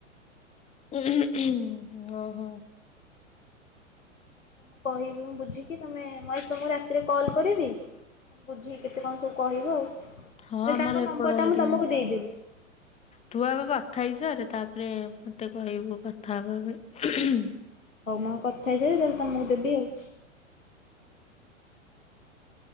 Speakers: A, on the left; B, on the left.
A: ଅ ହଁ।
B: ହଉ କହିବି ମୁଁ ବୁଝିକି ତମେ ମୁଁ ଆଜି ତମକୁ ରାତିରେ କଲ୍ କରିବି? ବୁଝିକି କେତେ କଣ ସବୁ କହିବ ଅଉ ମୁଁ କହିଲି
A: ହଁ ଆମର
B: ତାଙ୍କ
A: ଏପଟ
B: ନମ୍ବରଟା
A: ଏରିଆ।
B: ମୁଁ ତମକୁ ଦେଇଦେବି।
A: ତୁ ଆଗ କଥା ହେଇସାରେ ତାପରେ ମତେ କହିବୁ କଥା ହବା ପାଇଁ।
B: ହଉ ମୁଁ ଆଗ କଥା ହେଇଯାଏ ତାହେଲେ ତମକୁ ଦେବି ଆଉ।